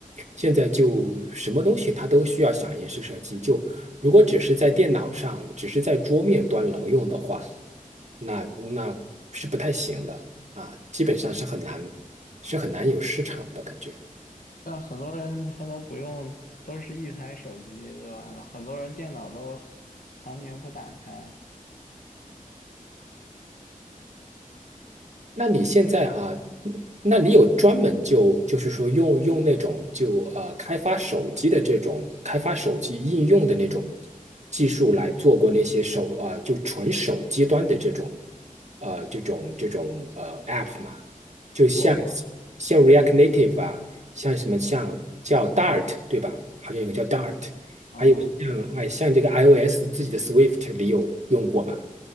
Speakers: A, on the right (about 55°); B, on the left (about 75°).
A: 现在就什么东西它都需要响应式设计，就如果只是在电脑上，只是在桌面端能用的话，那那是不太行的啊，基本上是很难是很难有市场的感觉。
B: 但很多人他都不用，都是一台手机，对吧？很多人电脑都常年不打开，
A: 那你现在啊，那你有专门就就是说用用那种就呃开发手机的这种开发手机应用的那种技术来做过那些手呃就纯手机端的这种呃这种这种呃 App 嘛？就像
B: 做过
A: 像 React Native 啊，像什么像叫 Dart 对吧？好像有个叫 Dart，
B: 嗯。
A: 还有像哎像这个 iOS 自己的 Swift 你有用过吗？